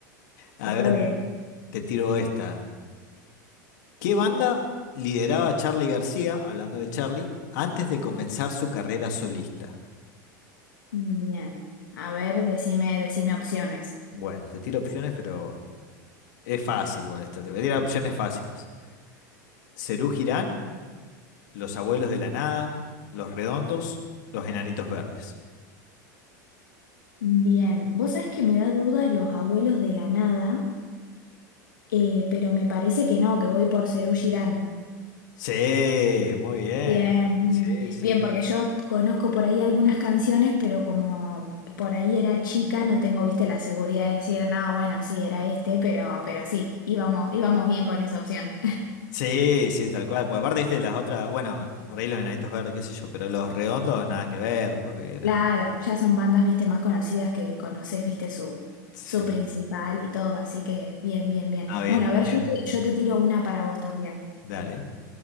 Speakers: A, on the left (about 70°); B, on the left (about 85°).
A: a
B: estuvo
A: ver,
B: bien.
A: te tiro esta. ¿Qué banda lideraba Charly García, hablando de Charly, antes de comenzar su carrera solista?
B: Bien. A ver, decime, decime opciones.
A: Bueno, te tiro opciones, pero es fácil igual esta. Te voy a tirar opciones fáciles. Serú Girán, Los Abuelos de la Nada, Los Redondos, Los Enanitos Verdes.
B: Bien, vos sabés que me da duda los abuelos de la nada, eh, pero me parece que no, que voy por Serú Girán.
A: Sí, muy bien.
B: Bien, bien,
A: Sí, sí.
B: bien, porque yo conozco por ahí algunas canciones, pero como por ahí era chica, no tengo, viste, la seguridad de decir, no, bueno, sí, era este, pero, pero sí, íbamos, íbamos bien con esa opción. <laughs>
A: Sí, sí, tal cual. Porque aparte, viste, las otras, bueno, por ahí los enanitos verdes, qué sé yo, pero los redondos nada que ver, porque era.
B: Claro, ya son bandas, viste, más conocidas que conoces, viste, su,
A: Sí.
B: su principal y todo, así que bien, bien, bien.
A: Ah, bien,
B: Bueno,
A: me
B: a ver,
A: dijeron.
B: yo te, yo te tiro una para vos también.
A: Dale,